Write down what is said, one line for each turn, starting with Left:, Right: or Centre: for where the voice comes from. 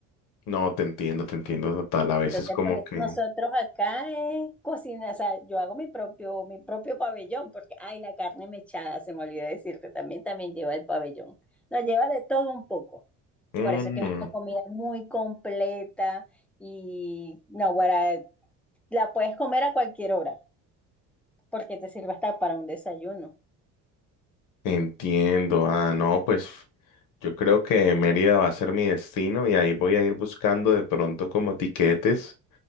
Left: No, te entiendo, te entiendo total. A veces
Centre: Entonces,
Left: como
Centre: por eso
Left: que...
Centre: nosotros acá es cocina, o sea, yo hago mi propio, mi propio pabellón, porque, ay, la carne mechada, se me olvidó decirte, también, también lleva el pabellón. Nos lleva de todo un poco.
Left: Mm.
Centre: Por eso es que es una comida muy completa y no, guara, la puedes comer a cualquier hora, porque te sirve hasta para un desayuno.
Left: Entiendo, ah, no, pues yo creo que Mérida va a ser mi destino y ahí voy a ir buscando de pronto como tiquetes